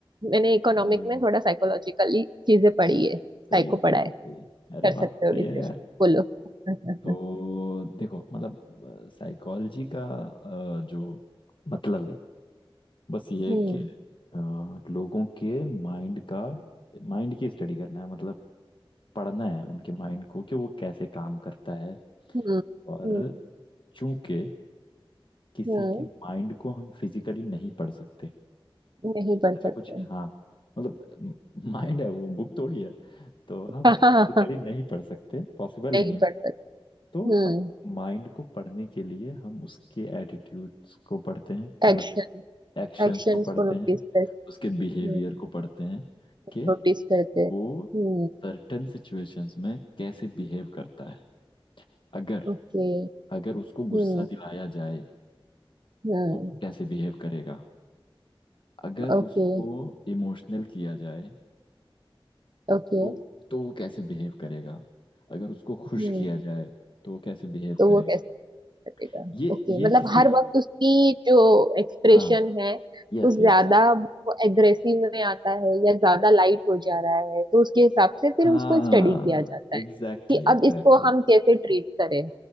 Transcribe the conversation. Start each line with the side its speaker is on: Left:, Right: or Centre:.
Right: मैंने इकोनॉमिक
Left: अरे
Right: में थोड़ा साइकोलॉजिकली चीजें पढ़ी है साइको
Left: सही है सही
Right: पढ़ा है
Left: है सही है अरे
Right: कर सकते
Left: वाह
Right: हो
Left: सही
Right: डिस्कशन
Left: है यार
Right: बोलो
Left: तो
Right: <laughs>
Left: देखो मतलब साइकोलॉजी का अ, जो मतलब है बस ये
Right: हम्म
Left: है कि अ, लोगों के माइंड का माइंड की स्टडी करना है मतलब पढ़ना है उनके माइंड को कि वो कैसे काम करता है
Right: हम्म
Left: और
Right: हम्म
Left: चूंकि किसी
Right: हम्म
Left: के माइंड को हम फिजिकली नहीं पढ़ सकते
Right: नहीं पढ़
Left: ऐसा
Right: सकते
Left: कुछ हाँ मतलब माइंड है वो बुक थोड़ी है तो हम
Right: <laughs> नहीं
Left: फिजिकली नहीं पढ़ सकते पॉसिबल
Right: पढ़
Left: नहीं है
Right: सकते
Left: तो
Right: हम्म
Left: हम माइंड को पढ़ने के लिए हम उसके एटीट्यूड्स को पढ़ते हैं
Right: एक्शन
Left: मतलब एक्शंस
Right: एक्शंस
Left: को पढ़ते
Right: को नोटिस
Left: हैं
Right: कर
Left: उसके
Right: हम्म
Left: बिहेवियर को पढ़ते हैं कि
Right: नोटिस करते हैं
Left: वो
Right: हम्म
Left: सर्टेन सिचुएशंस में कैसे बिहेव करता है अगर
Right: ओके
Left: अगर उसको गुस्सा
Right: हम्म
Left: दिलाया जाए तो
Right: हम्म
Left: वो कैसे बिहेव करेगा अगर
Right: ओके
Left: उसको इमोशनल किया जाए
Right: ओके
Left: तो तो वो कैसे बिहेव करेगा अगर उसको खुश
Right: हम्म
Left: किया जाए तो वो कैसे बिहेव
Right: तो
Left: करेगा
Right: वो कैसे करेगा
Left: ये
Right: ओके
Left: ये
Right: मतलब
Left: किसी
Right: हर वक्त उसकी जो एक्सप्रेशन
Left: हाँ
Right: है
Left: यस
Right: वो
Left: यस
Right: ज्यादा वो एग्रेसिव में आता है या ज्यादा लाइट हो जा रहा है तो उसके हिसाब से
Left: हाँ
Right: फिर उसको स्टडी किया जाता
Left: एग्जैक्टली
Right: है कि
Left: एग्जैक्टली
Right: अब इसको हम कैसे ट्रीट करें